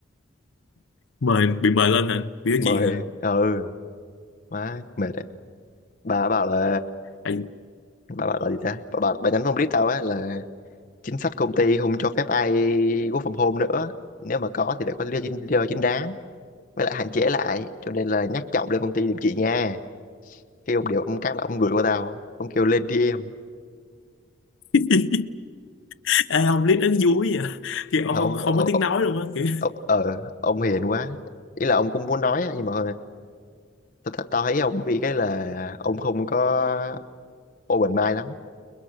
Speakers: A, on the left (about 70°); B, on the left (about 40°).
A: mời bị mời lên hả bị nói
B: mời
A: chuyện hả
B: ừ má mệt đấy bà bảo là
A: Tại-
B: bà bảo là gì ta bà bà, bà nhắn phong list tao á là chính sách công ty không cho phép ai work from home nữa nếu mà có thì phải có lý do chính, lý do chính đáng với lại hạn chế lại cho nên là nhắc trọng lên công ty giùm chị nha khi ông điều ông cắt là ông gửi qua tao ông kêu lên đi em
A: <laughs> Ê, ông clip nó vui vậy à? kiểu ông
B: Thôi
A: không
B: ông
A: không
B: ờ
A: có tiếng nói luôn á kiểu
B: ờ, ờ, ờ, ông hiền quá ý là ông cũng muốn nói á, nhưng mà tao tao tao thấy ông bị cái là ông không có open mind lắm